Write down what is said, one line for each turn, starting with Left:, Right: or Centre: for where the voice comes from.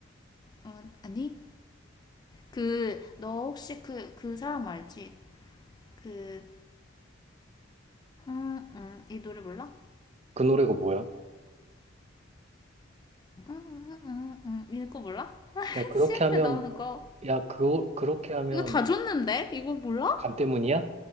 Left: 어, 아니? 그, 너 혹시 그, 그 사람 알지? 그, 음, 이 음, 노래 몰라?
Right: 그 노래가 뭐야?
Left: 음, 음, 음, 이거 몰라? <laughs>
Right: 야, 그렇게
Left: CF에
Right: 하면,
Left: 나오는 거.
Right: 야, 그, 그렇게 하면
Left: 이거 다 줬는데? 이거 몰라?
Right: 간 때문이야?